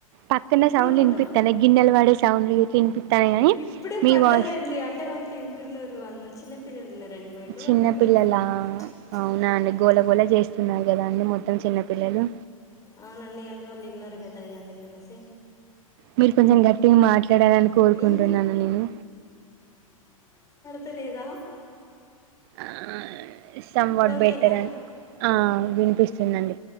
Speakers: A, on the right; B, on the left.
A: పక్కనే
B: ఇప్పుడు
A: సౌండ్లు
B: కూడా
A: వినిపిస్తాన్నాయి గిన్నెలు పడే సౌండ్లు వినిపిస్తాన్నా గానీ
B: ఇప్పుడే
A: మీ
B: పడ్డదండి
A: వాయిస్
B: అంటే తింటున్నారు <unintelligible> మా ఇంట్లో
A: చిన్న
B: వాళ్ళు తింటున్నారు
A: పిల్లల అవునా
B: అవునండి
A: అండి గోళగోళ చేస్తున్నారు కదా అండి మొత్తం చిన్నపిల్లలు
B: అవునండి అంటే వాళ్ళు విన్నారు కద <unintelligible> అందుకనేసి
A: మీరు కొంచెం గట్టిగ మాట్లాడలని కోరుకుంటున్నాను
B: ఇం
A: నేను
B: <unintelligible> లేదా
A: ఆ <unintelligible>
B: ఓకేనా
A: బెటర్ అని ఆ వినిపిస్తుంది అండి